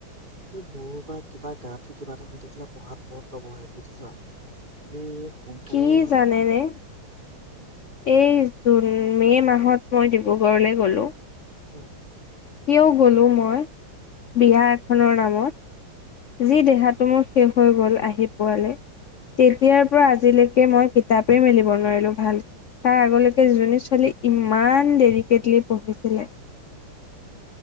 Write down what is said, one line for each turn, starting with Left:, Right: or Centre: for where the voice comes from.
Right: এই মোৰ বা কিবা গাটো কিবা এটা হৈ থাকিলে পঢ়াত মন নবহে বুজিছা । তুমি সোনকালে
Left: কি জানেনে এই জুন, মে' মাহত মই ডিব্ৰুগড়লৈ গ'লোঁ
Right: উম।
Left: কিয় গ'লো মই বিয়া এখনৰ নামত যি দেহাত মোৰ শেষ হৈ গল আহি পোৱালে ।তেতিয়াৰ পৰা আজিলৈকে মই কিতাপেই মেলিব নোৱাৰিলো ভালকে। তাৰ আগলৈকে যিজনী ছোৱালী ইমান ডৰিকেটলি পঢ়িছিলে।